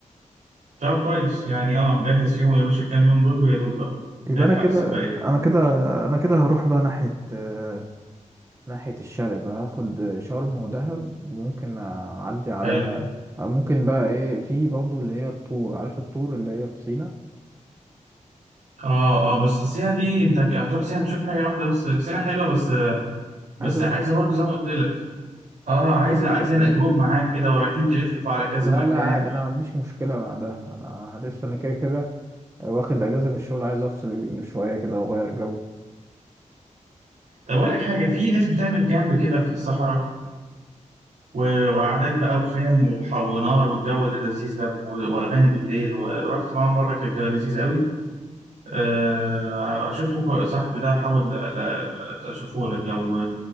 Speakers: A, on the right (about 85°); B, on the right (about 20°).
A: طب كويس يعني اه جهز فيهم يا باشا الكام يوم دول ويا دوب بقى
B: يبقى
A: تلحق
B: انا كده
A: السفرية
B: انا كده انا كده هروح بقى ناحيه آه، ناحية الشرق بقى هاخد شرم ودهب وممكن أعدي على
A: حلو
B: ممكن بقى إيه في برضه اللي هي الطور عارف الطور اللي هي في سينا
A: اه اه بس السينا دي انت ك- هتروح سينا تشوف حاجة واحدة بس سينا حلوة بس بس
B: عايز أروح
A: عايزة برضه زي ما قلت لك اه
B: عايز أروح
A: عايزة
B: سانت
A: عايزة
B: كاترين
A: انا جروب معاك كده ورايحين تلفلفوا على كذا
B: لا
A: مكان
B: لا عادي
A: و...
B: أنا ما عنديش مشكلة مع ده أنا هلف أنا كده كده واخد أجازة من الشغل عايز أفصل شوية كده وأغير جو
A: طب اقول لك حاجة في ناس بتعمل كامب كده في الصحراء و... وقعدات بقى وخيم وح- ونار والجو اللذيذ ده و... واغاني بالليل ورحت معاهم مرة كان الجو لذيذ قوي آه، اشوف لك صاحبي ده احاول اشوفه لك لو